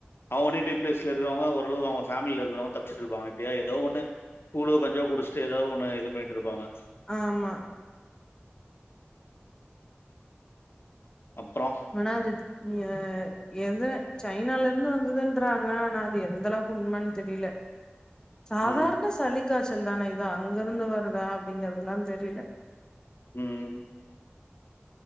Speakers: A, on the left; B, on the left.
A: அவங்க நேட்டிவ்பிளேஸ்ல இருக்கிறங்க ஓரளவு அவங்கஃபேமிலில இருக்கவங்க தப்பிச்சிட்டு இருப்பாங்க எப்படியா ஏதா ஓன்னு கூலோ கஞ்சியோ குடிச்சட்டு ஏதா ஒன்னு இது பண்ணிட்டுப்பாங்க
B: ஆமா
A: அப்புறம்
B: ஒனாது அ <unintelligible> எத சைனால இருந்து வந்ததுன்றாங்க நான் அது எந்த அளவுக்கு உண்மை தெரியல சாதாரண
A: ம்
B: சளிக்காச் தானே இதோ அங்க இருந்து வருதா அப்டிங்கறதுலாம் தெரியல
A: உம்